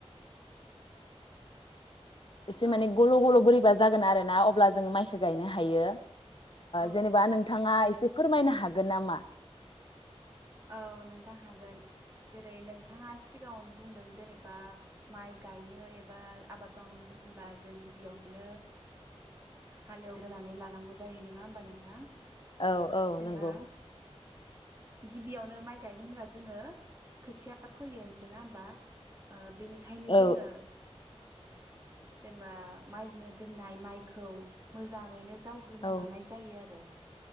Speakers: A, on the left; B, on the right.
A: एसे
B: औ
A: माने गल' गल' बोरै बा जागोन आरो ना अब्ला जों माइखौ गायनो हायो
B: औ
A: जेनेबा नोंथाङा एसे फोरमायनो हागोन नामा
B: औ नोंथां हागोन जेरै नोंथाङा सिगाङावनो बुंदों जेनेबा माइ गायनो एबा आबाद मावनो होनब्ला जों गिबियावनो हालेवग्रोनानै लानांगौ जायो नङा होमबा नोंथां
A: औ
B: ओ
A: औ
B: जेनेबा
A: नंगौ
B: गिबियावनो माइ गायनो होनबा जोङो खोथिया फैयो नङा होमबा बेनिखायनो
A: औ
B: जोङो जेनेबा माइजनो दोननाय माइखौ मोजां यैनो जावग्रोना
A: औ
B: लानाय जायो आरो